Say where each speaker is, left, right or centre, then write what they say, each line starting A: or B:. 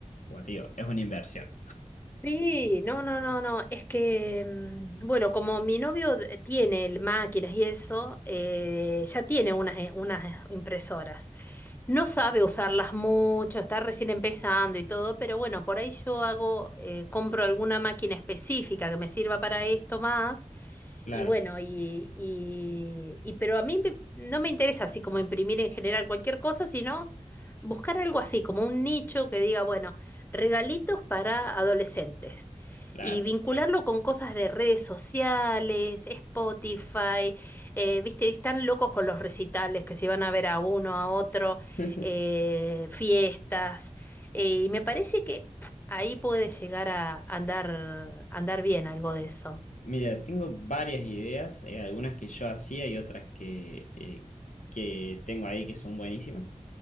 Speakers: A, on the left; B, on the left.
A: como te digo, es una inversión.
B: sí, no, no, no, no. Es que, mm, bueno, como mi novio de- tiene el- máquinas y eso, eh, ya tiene unas, eh, unas eh, impresoras. No sabe usarlas mucho, está recién empezando y todo, pero bueno, por ahí yo hago, eh, compro alguna máquina específica que me sirva para esto más.
A: Claro,
B: Y bueno, y, y, y- pero a mí me- no me interesa así como imprimir en general cualquier cosa, sino buscar algo así, como un nicho que diga, bueno, regalitos para adolescentes.
A: claro.
B: Y vincularlo con cosas de redes sociales, Spotify, eh, viste, están locos con los recitales que se van a ver a uno, a otro,
A: <laughs>
B: eh, fiestas. Eh, y me parece que ahí puede llegar a andar, andar bien algo de eso.
A: Mira, tengo varias ideas, eh, algunas que yo hacía y otras que, eh, que tengo ahí que son buenísimas.